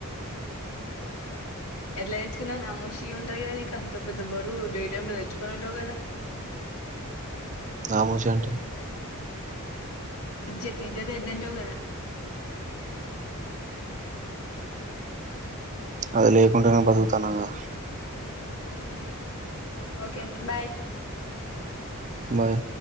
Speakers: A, on the left (about 85°); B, on the right (about 35°).
A: ఎట్లా తెేచ్చుకున్నా నా మోష ఉంటారు కదా నీకు అంత పెద్ద బరు డే టై లో తెచ్చుకుని ఉంటావు కదా
B: నాముషంటే
A: ఇజ్జత్ ఇజ్జతే ఎద్దంటావు గదా
B: అది లేకుండానే బతుకుతాన్నాగా
A: ఓకే బాయ్
B: బాయ్